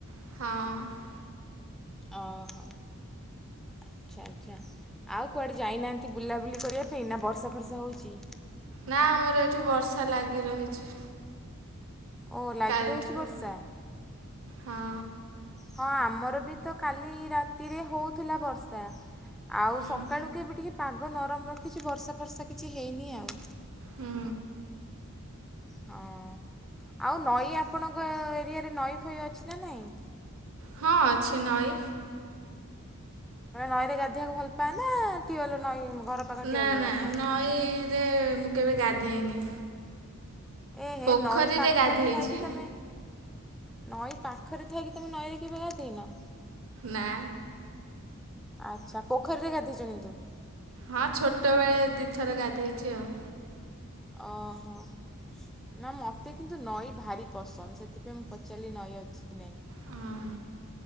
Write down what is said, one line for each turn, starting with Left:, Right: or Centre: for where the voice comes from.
Right: ହଁ।
Centre: ଓହୋ। ଆଚ୍ଛା ଆଚ୍ଛା ଆଉ କୁଆଡ଼େ ଯାଇନାହାନ୍ତି ବୁଲାବୁଲି କରିବା ପାଇଁ ନା ବର୍ଷା ଫର୍ଷା ହଉଛି?
Right: ନା ଆମର ଏଠି ବର୍ଷା ଲାଗି ରହିଛି।
Centre: ଓ ଲାଗି
Right: କାଲଠୁ
Centre: ରହିଛି ବର୍ଷା
Right: ହଁ।
Centre: ହଁ ଆମର ବି ତ କାଲି ରାତିରେ ହଉଥିଲା ବର୍ଷା। ଆଉ
Right: ହୁଁ
Centre: ସକାଳୁକୁ ଏବେ ଟିକି ପାଗ ନରମ ରଖିଛି ବର୍ଷା ଫର୍ଷା କିଛି ହେଇନି ଆଉ
Right: ହୁଁ।
Centre: ହଁ ଆଉ ନଈ ଆପଣଙ୍କ ଏରିଆରେ ନଈ ଫଇ ଅଛି ନା ନାହିଁ?
Right: ହଁ ଅଛି ନଈ।
Centre: ତମେ ନଈରେ ଗାଧୋଇବାକୁ ଭଲ ପାଏ ନା ଟିବଲ ନଈ ଘର ପାଖ ଟ୍ୟୁୱେଲରେ
Right: ନା ନା
Centre: ଗାଧାଅ।
Right: ନଈରେ ମୁଁ କେବେ ଗାଧେଇନି।
Centre: ଏ ହେ
Right: ପୋଖରୀରେ
Centre: ନଈ ପାଖରେ
Right: ଗାଧେଇଛି
Centre: ଥାଇକି ତମେ ନଈ ପାଖରେ ଥାଇକି ତୁମେ ନଈରେ କେବେ ଗାଧେଇନ?
Right: ନା।
Centre: ଆଚ୍ଛା ପୋଖରୀରେ ଗାଧୋଇଛ କିନ୍ତୁ।
Right: ହଁ ଛୋଟ ବେଳେ ଦିଥର ଗାଧେଇଛି ଆଉ
Centre: ଓହୋ। ନା ମୋତେ କିନ୍ତୁ ନଈ ଭାରି ପସନ୍ଦ ସେଥିପାଇଁ ମୁଁ ପଚାରିଲି ନଈ ଅଛି କି ନାହିଁ?
Right: ହଁ।